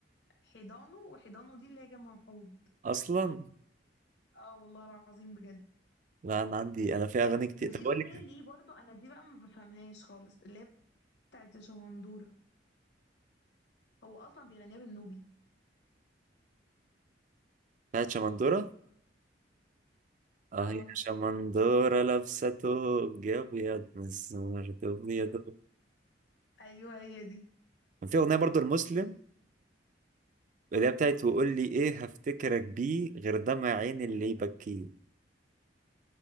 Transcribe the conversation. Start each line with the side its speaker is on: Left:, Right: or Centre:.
Left: حيضانه وحيضانه دي اللي هي جمع حوض
Right: اصلا
Left: اه والله العظيم بجد
Right: لا انا عندي انا في اغاني كتير
Left: وفي
Right: طب اقول
Left: اغنيه
Right: لك
Left: ليه برضو انا دي بقى ما بفهمهاش خالص اللي هي بتاعت شمندورة هو اصلا بيغنيها بالنوبي
Right: بتاعت شمندورة اه
Left: اه
Right: هي شمندورة لابسة توب ابيض مسمار توب ابيض
Left: يب. ايوه هي دي
Right: كان في اغنية برضو المسلم اللي هي بتاعت وقول لي ايه هفتكرك بيه غير دمع عين اللي يبكيه